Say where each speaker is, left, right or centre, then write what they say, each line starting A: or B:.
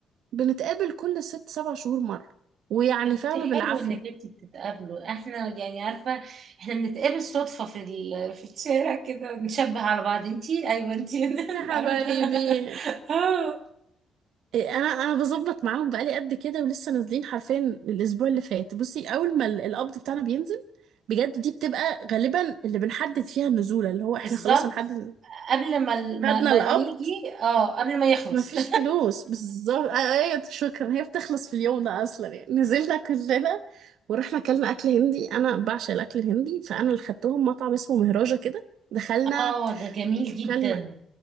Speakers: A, on the right; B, on the right.
A: فبنتقابل كل ست سبع شهور مرة ويعني
B: انتي
A: فاهمة
B: حلو
A: بالعافية
B: انك انتي بتتقابلوا احنا يعني عارفة احنا بنتقابل صدفة في ال... في الشارع كده نشبه على بعض انتي ايوه انتي
A: يا
B: <laughs>
A: حبايبي
B: عارفة اه
A: إيه، انا انا بظبط معاهم بقالي قد كده ولسه نازلين حرفيا الاسبوع اللي فات بصي اول ما ال- القبض بتاعنا بينزل بجد دي بتبقى غالبا اللي بنحدد فيها النزوله اللي هو احنا
B: بالظبط
A: خلاص هنحدد
B: قبل ما ال-
A: خدنا
B: ما, ما
A: القبض
B: نيجي اه قبل ما يخلص
A: مفيش
B: <laughs>
A: فلوس بالظبط آه، ايوه شكرا هي بتخلص في اليوم ده اصلا يعني نزلنا كلنا ورحنا اكلنا اكل هندي انا بعشق الاكل الهندي فانا اللي خدتهم مطعم اسمه مهراجة كده دخلنا
B: اه ده جميل جدا
A: كلنا